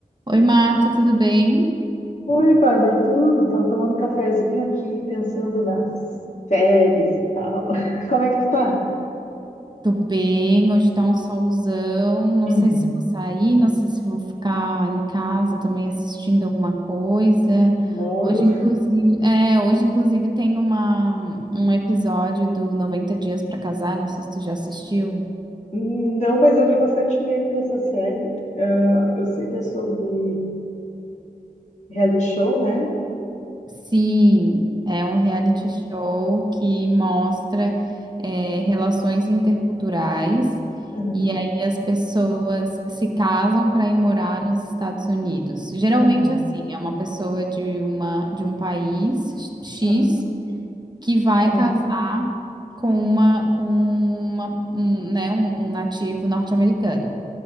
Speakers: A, on the right; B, on the left.
A: Oi, Marta, tudo bem?
B: Oi, Bárbara, tudo? Tava tomando um cafezinho aqui, pensando nas séries e tal. <laughs> Como é que tu tá?
A: Tô bem, hoje tá um solzão. Não
B: Uhum.
A: sei se vou sair, não sei se vou ficar em casa também assistindo alguma coisa.
B: De molho?
A: Hoje, inclusive, é, hoje, inclusive, tem uma, um episódio do 90 Dias pra Casar, não sei se tu já assistiu.
B: Não, mas eu vi bastante meme dessa série. Ah, eu sei que é sobre reality show, né?
A: Sim, é um reality
B: Aham,
A: show que mostra é, relações interculturais
B: aham,
A: e aí as pessoas se casam para ir morar nos Estados Unidos. Geralmente
B: aham,
A: assim, é uma pessoa de uma de um país X
B: aham,
A: que vai
B: aham,
A: casar com uma com uma um, né, um, um nativo norte-americano.